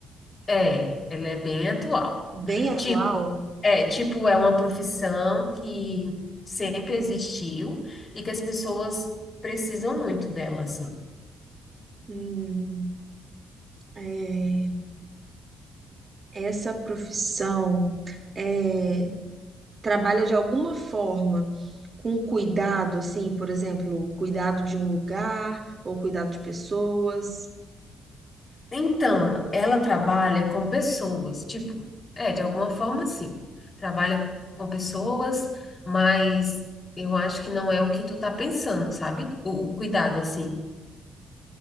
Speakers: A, on the left; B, on the right.
A: É, ela é bem atual.
B: bem atual?
A: Tipo, é, tipo, é uma profissão que sempre existiu e que as pessoas precisam muito dela, assim.
B: Hum, é, essa profissão. é trabalha de alguma forma com cuidado, assim, por exemplo, cuidado de um lugar ou cuidado de pessoas.
A: Então, ela trabalha com pessoas, tipo, é, de alguma forma, sim. Trabalha com pessoas, mas eu acho que não é o que tu tá pensando, sabe? O, o cuidado, assim.